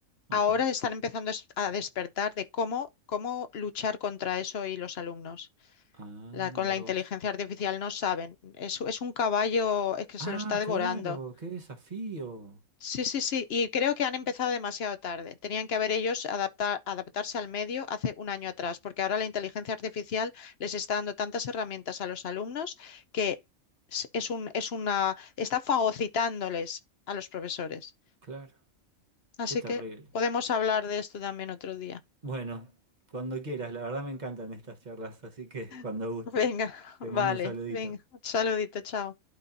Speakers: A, on the right (about 35°); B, on the left (about 55°).
A: Ajá.
B: ahora están empezando a es- a despertar de cómo, cómo luchar contra eso y los alumnos.
A: Ah,
B: La,
A: mira
B: con la inteligencia
A: vos.
B: artificial no saben. Es, es un caballo, es que
A: Ah,
B: se lo está devorando.
A: claro, qué desafío.
B: Sí, sí, sí. Y creo que han empezado demasiado tarde. Tenían que haber ellos adaptar, adaptarse al medio hace un año atrás, porque ahora la inteligencia artificial les está dando tantas herramientas a los alumnos que es es un, es una, está fagocitándoles a los profesores.
A: Claro,
B: Así
A: qué terrible.
B: que podemos hablar de esto también otro día.
A: Bueno, cuando quieras, la verdad me encantan estas charlas, así que cuando
B: <laughs>
A: gustes.
B: Venga,
A: Te
B: vale,
A: mando un saludito.
B: venga. Saludito, chao.